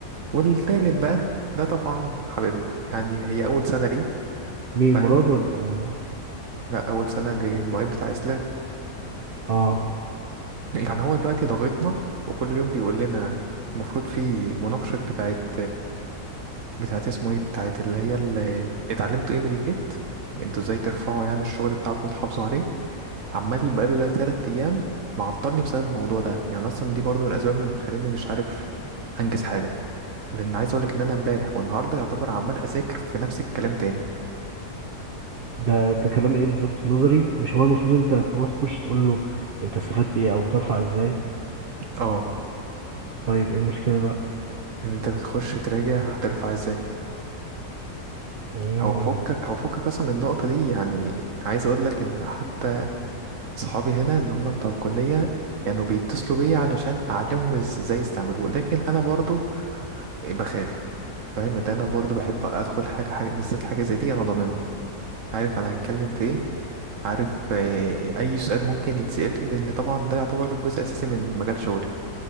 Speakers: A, on the right; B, on the right.
A: والتالت بقى ده طبعا حبيبنا يعني هي أول سنة ليه
B: مين
A: فاهم
B: مراد ولا
A: لا أول سنة للمعيد بتاع إسلام
B: اه
A: يعني هو دلوقتي ضاغطنا وكل يوم بيقول لنا المفروض في مناقشة بتاعت بتاعت اسمه ايه بتاعت اللي هي اللي اتعلمتوا ايه من الجيت انتوا ازاي ترفعوا يعني الشغل بتاعكم وتحافظوا عليه عمال بقاله ده تلات أيام معطلني بسبب الموضوع ده يعني أصلا دي برضو من الأسباب اللي مخليني مش عارف أنجز حاجة لأن عايز أقولك إن أنا امبارح والنهاردة يعتبر عمال أذاكر في نفس الكلام تاني
B: ده ده كلام ايه بالظبط نظري مش هو المفروض انت تروح تخش تقول له انت استفدت ايه او بترفع ازاي
A: اه
B: طيب ايه المشكله بقى
A: ان انت بتخش تراجع هترفع ازاي
B: امم
A: هو فكك هو فكك اصلا من النقطه دي يعني عايز اقول لك ان حتى صحابي هنا اللي هم بتوع الكليه كانوا يعني بيتصلوا بيا علشان اعلمهم ازاي يستعملوه لكن انا برضو بخاف فاهم اللي انا برضو بحب ادخل حاجه حاجه بالذات حاجه زي دي انا ضامنها عارف انا هتكلم في ايه عارف آه، اي سؤال ممكن يتسال لي لان طبعا ده يعتبر جزء اساسي من مجال شغلي